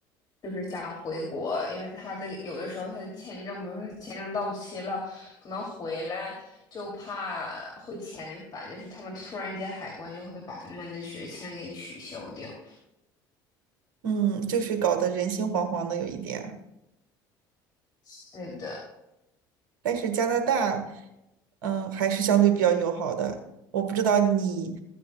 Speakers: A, on the left; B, on the right.
A: 就是想回国，因为他这个有的时候他的签证，比如说他签证到期了，可能回来就怕会遣返，就是他们突然间海关就会把他们的学签给取消掉。
B: 嗯，就是搞得人心惶惶的有一点。
A: 是的，
B: 但是加拿大，嗯、还是相对比较友好的。我不知道你